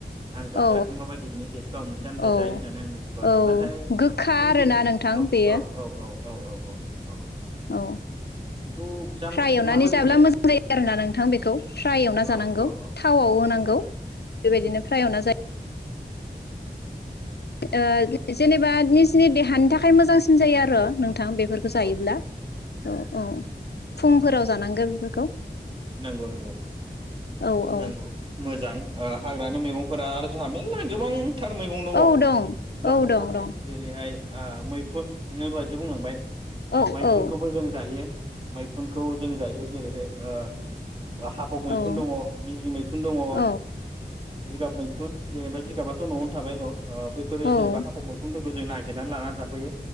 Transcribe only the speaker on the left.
औ
औ
औ
गोखा
आरोना
नोंथां
बेयो
औ
फ्राय एवनानै
जाब्ला मोजां जायो आरो ना नोंथां बेखौ फ्राय एवना
जानांगौ
थावआव होनांगौ
बेबायदिनो फ्राय एवना जायो। ओ जेनेबा निजिनि देहानि थाखाय मोजांसिन जायो आरो नों नोंथां बेफोरखौ
जायोब्ला औ औ। फुंफोराव जानांगौ बेफोरखौ।
औ औ
औ दं
औ दं
दं
औ
औ
औ
औ
औ